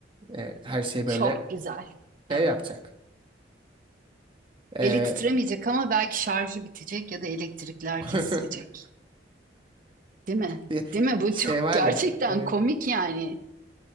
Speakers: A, on the right; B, on the right.
A: E, her şey
B: çok
A: böyle
B: güzel. Evet.
A: e yapacak. E,
B: Eli titremeyecek ama belki şarjı bitecek ya da elektrikler
A: <laughs>
B: kesilecek. Değil mi?
A: bir
B: Değil mi? Bu
A: şey
B: çok
A: var
B: gerçekten
A: ya, evet.
B: komik yani.